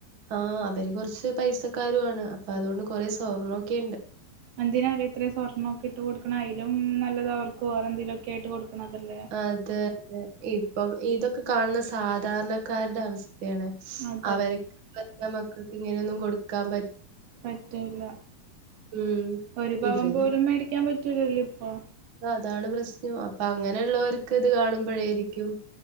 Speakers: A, on the right (about 50°); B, on the right (about 65°).
A: ആ അവര് കൊറച്ച് പൈസക്കരുവാണ് അപ്പൊ അതുകൊണ്ട് കൊറെ സ്വർണ്ണ ക്കെയ്ണ്ട്
B: എന്തിനാലെ ഇത്ര സ്വർണ ഒക്കെ ഇട്ട് കൊടുക്കണെ അയ്ലും നല്ലത് അവർക്ക് വേറെ എന്തേലുംഒക്കെ ആയിട്ട് കൊടു ക്കണതല്ലേ
A: അത് ഇപ്പം ഇതൊക്കെ കാണുന്ന സാധാരണക്കാര്ടെ അവസ് ക്കെയാണ്
B: അതെ
A: അവര് മക്കക്ക് ഇങ്ങനെയൊന്നും കൊടുക്കാൻ പ
B: പറ്റൂല
A: ഉം
B: ഒരു പവൻ
A: ഇവര്
B: പോലും മേടിക്കാൻ പറ്റ പറ്റൂലല്ലോ ഇപ്പൊ
A: അതാണ് പ്രശ്നം അപ്പ അങ്ങനെ ഉള്ളോർക്ക് ഇത് കാണുമ്പോയിരിക്കും